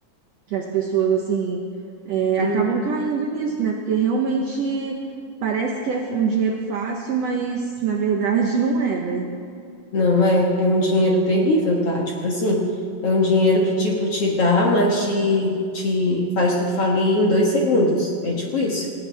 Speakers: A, on the right (about 60°); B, on the left (about 50°).
A: que as pessoas, assim, é,
B: hum,
A: acabam caindo nisso, né? Porque realmente parece que é um dinheiro fácil, mas, na verdade, <laughs> não é, né?
B: Não é, é um dinheiro terrível, tá? Tipo assim, é um dinheiro que tipo te dá, mas te, te faz tu falir em dois segundos. É tipo isso.